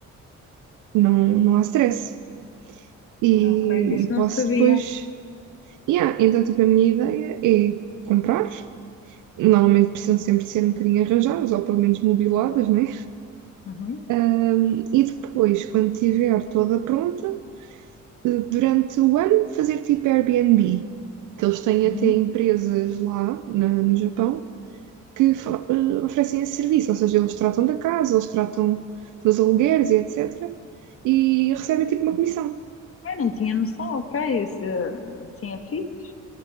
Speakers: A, on the right; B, on the left.
A: Não, não há stress. E,
B: ok, disso
A: e
B: não
A: posso
B: sabia.
A: depois... Yeah, então, tipo, a minha ideia é comprar. Normalmente precisam sempre ser um bocadinho arranjadas, ou pelo menos mobiladas, né?
B: Uhum,
A: Ahm, e depois, quando tiver toda pronta, eh, durante o ano, fazer tipo Airbnb, que eles têm
B: uhum.
A: até empresas lá na- no Japão que fa- eh, oferecem esse serviço, ou seja, eles tratam da casa, eles tratam dos alugueres e etc. E recebem tipo uma comissão.
B: Ah, não tinha noção, ok, isso, eh, assim é fixe.